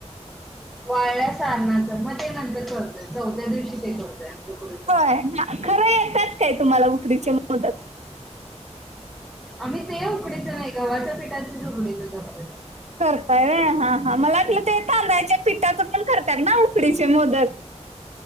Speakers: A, in the centre; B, on the right.
A: वाळ्या सारणाच म ते नंतर करतोय, चौथ्या दिवशी ते करतोय उकडी
B: <unintelligible> खरं येत्यात काय तुम्हाला उकडीचे मोदक?
A: आम्ही ते उकडीच नाही, गव्हाच्या पिठाचेच उकडीच करतोय.
B: करताय होय मला वाटल ते तांदच्या पिठाच पण करतात ना उकडीचे मोदक.